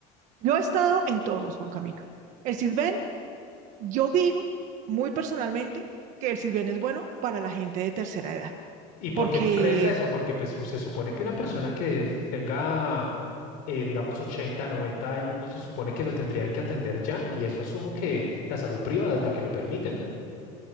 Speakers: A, on the right (about 45°); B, on the left (about 55°).
A: Yo he estado en todos, Juan Camilo. El Sisbén, yo digo muy personalmente que el Sisbén es bueno para la gente de tercera edad,
B: ¿Y por
A: porque
B: qué tú crees eso? Porque pues, se supone que una persona que es- tenga, eh, digamos, 80, 90 años, no se supone que lo tendrían que atender ya, y eso asumo que la salud privada es la que lo permite, ¿no?